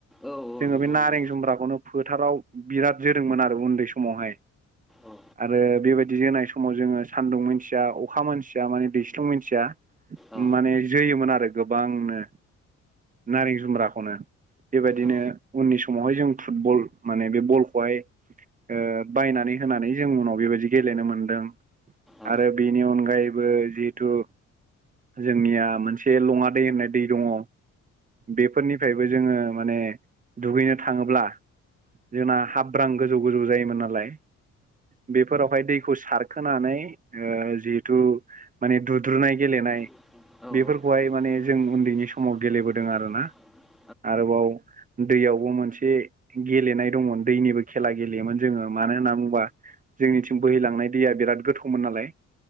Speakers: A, in the centre; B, on the right (about 25°).
A: औ औ
B: जोङो
A: नंगौ
B: बे नारें
A: नंगौ
B: जुम्ब्राखौनो फोथाराव बिराद जोदोंमोन आरो उन्दै समावहाय
A: औ
B: आरो बेबायदि जोनाय समाव जोङो सान्दुं मोनथिया अखा मोनथिया माने दैस्लुं मिथिया
A: औ
B: माने जोयोमोन आरो गोबांनो नारें जुमब्राखौनो बेबायदिनो
A: औ
B: उननि समावहाय जों फुटबल माने बे बलखौहाय ओ बायनानै होनानै जों उनाव बेबायदि गेलेनो मोनदों
A: औ
B: आरो बेनि अनगायैबो जिहेथु जोंनिया मोनसे लङा दै होननाय दै दङ बेफोरनिफ्रायबो जोङो माने दुगैनो थाङोब्ला जोंना हाब्रां गोजौ गोजौ जायोमोन नालाय बेफोरावहाय दैखौ सारखोनानै ओ जिहेथु माने दुद्रुनाय गेलेनाय
A: औ
B: बेफोरखौहाय माने
A: औ
B: जों उन्दैनि समाव गेलेबोदों
A: <unintelligible>
B: आरोना आरोबाव दैयावबो मोनसे गेलेनाय दंमोन दैनिबो खेला गेलेयोमोन जोङो मानो होनना बुंबा जोंनिथिं बोहैलांनाय दैया बिराद गोथौमोन नालाय